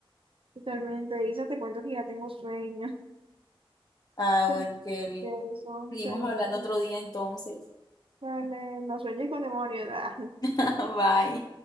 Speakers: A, on the right; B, on the left.
A: totalmente, Isa, te cuento que ya tengo sueño,
B: Ah, bueno,
A: <laughs>
B: que
A: de eso,
B: seguimos
A: chaito,
B: hablando otro día entonces.
A: vale, no sueñes con demonios, <laughs>
B: <laughs> Bye.